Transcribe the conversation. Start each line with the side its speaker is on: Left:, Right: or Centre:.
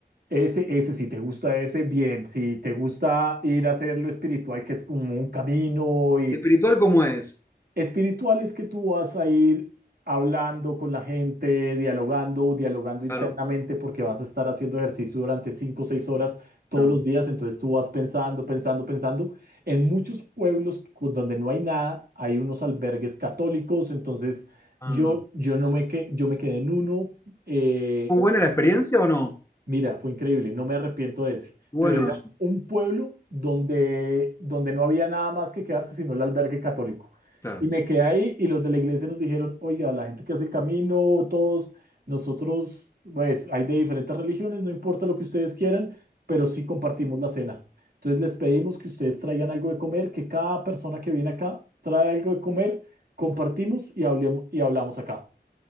Right: ese, ese, si te gusta ese, bien. Si te gusta ir a hacer lo espiritual, que es como un camino y
Left: ¿Y espiritual cómo es?
Right: Espiritual es que tú vas a ir hablando con la gente, dialogando, dialogando internamente,
Left: Claro,
Right: porque vas a estar haciendo ejercicio durante cinco o seis horas todos
Left: claro.
Right: los días. Entonces tú vas pensando, pensando, pensando. En muchos pueblos cu- donde no hay nada, hay unos albergues católicos. Entonces
Left: Ah.
Right: yo, yo no me, que, yo me quedé en uno eh,
Left: ¿Fue buena la experiencia o no?
Right: Mira, fue increíble, no me arrepiento de ese,
Left: Bueno,
Right: pero era
Left: eso,
Right: un pueblo donde, donde no había nada más que quedarse sino el albergue católico.
Left: claro.
Right: Y me quedé ahí y los de la iglesia nos dijeron, oiga, la gente que hace el camino, todos nosotros, pues hay de diferentes religiones, no importa lo que ustedes quieran, pero sí compartimos la cena. Entonces les pedimos que ustedes traigan algo de comer, que cada persona que viene acá trae algo de comer, compartimos y hablemos, y hablamos acá.